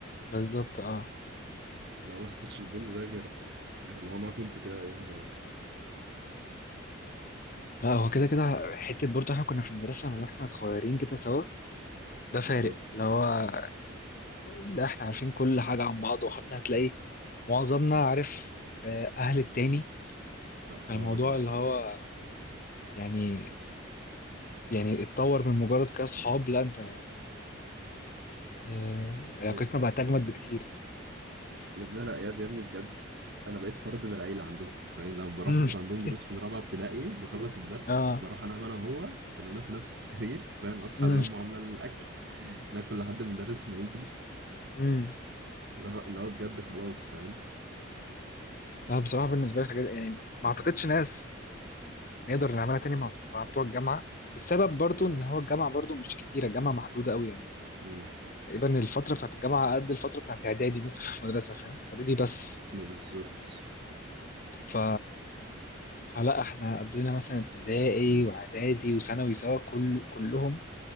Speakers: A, on the left; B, on the right.
A: بالظبط اه
B: اللي هو ما حسيتش البوند ده غير غير اللي هو ما كنتوا كده ايام زمان
A: لا هو كده كده حته برضه احنا كنا في المدرسه من واحنا صغيرين كده سوا ده فارق
B: بالظبط
A: اللي هو لا احنا عارفين كل حاجة عن بعض وحتى هتلاقي معظمنا عارف آه، أهل التاني
B: اه
A: فالموضوع
B: آه، صح
A: اللي هو يعني يعني اتطور من مجرد كأصحاب لا انت آه، علاقتنا
B: يا
A: بقت أجمد بكتير
B: يا ابني انا اياد يا ابني بجد انا بقيت فرد من العيله عندهم فاهم لو بروح
A: مم.
B: اخد عندهم
A: <laughs>
B: دروس من رابعه ابتدائي بخلص الدرس
A: اه
B: بروح انام انا وهو كنا بننام في نفس السرير فاهم اصحى
A: مم.
B: على يوم وعامله الاكل ناكل لحد المدرس ما يجي
A: مم.
B: اللي هو اللي هو بجد خلاص فاهم
A: لا بصراحة بالنسبة لي حاجات يعني ما اعتقدش ناس نقدر نعملها تاني مع مع بتوع الجامعة السبب برضو
B: اه
A: ان هو الجامعة برضو مش كتيرة الجامعة محدودة قوي يعني
B: مم.
A: تقريبا الفترة بتاعت الجامعة قد الفترة بتاعت اعدادي مثلا في المدرسة فاهم اعدادي بس
B: ما بالظبط
A: ف... فلا احنا قضينا مثلا ابتدائي
B: مم.
A: واعدادي وثانوي سوا كل كلهم